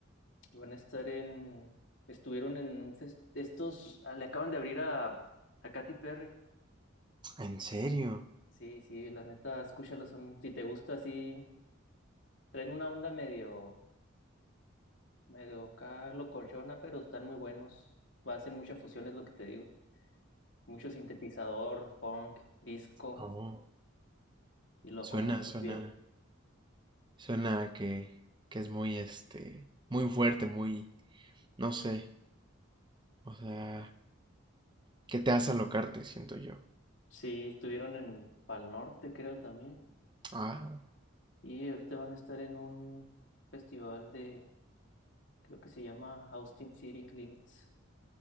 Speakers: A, on the left (about 60°); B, on the right (about 20°).
A: van a estar en, estuvieron en un fest- estos, ah, le acaban de abrir a, a Katy Perry.
B: ¿En serio?
A: Sí, sí, la neta, escúchalo. Son, si te gusta, sí, traen una onda medio, medio acá locochona, pero están muy buenos. Hacen mucha fusión, es lo que te digo. mucho sintetizador, funk, disco,
B: Oh,
A: y lo
B: suena,
A: acomodan
B: suena,
A: bien.
B: suena que, que es muy, este, muy fuerte, muy, no sé, o sea, que te hace alocarte, siento yo.
A: Sí, estuvieron en Pal Norte, creo también,
B: Ah,
A: y ahorita van a estar en un festival de, creo que se llama Austin City Limits.